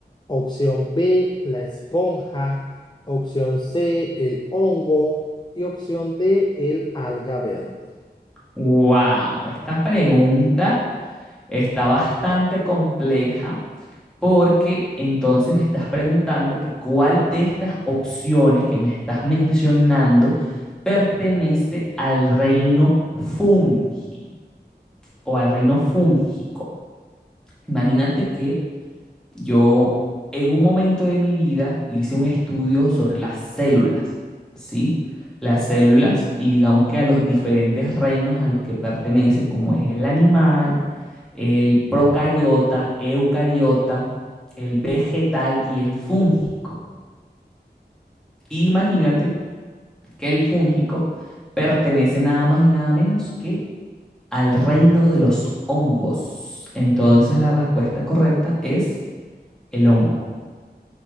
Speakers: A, on the left (about 25°); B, in the centre.
A: Opción B, la esponja. Opción C, el hongo. Y opción D, el alga verde.
B: Wow, esta pregunta Está bastante compleja porque entonces me estás preguntando que cuál de estas opciones que me estás mencionando pertenece al reino fungi o al reino fúngico. Imagínate que yo en un momento de mi vida hice un estudio sobre las células, ¿sí? Las células y digamos que a los diferentes reinos a los que pertenece, como es el animal, el procariota, eucariota, el vegetal y el fúngico. Imagínate que el fúngico pertenece nada más y nada menos que al reino de los hongos. Entonces la respuesta correcta es el hongo.